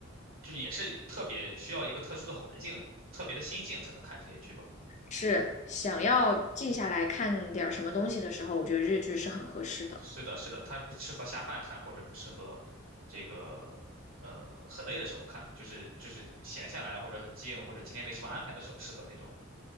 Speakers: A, on the right (about 85°); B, on the left (about 35°).
A: 就是也是特别需要一个特殊的环境、特别的心境才能看这些剧吧。
B: 是想要静下来看点儿什么东西的时候，
A: 嗯，
B: 我觉得日剧是很合适的。
A: 是的，是的，它不适合下饭看，或者不适合这个呃很累的时候看，就是就是闲下来或者很静，或者今天没什么安排的时候，适合那种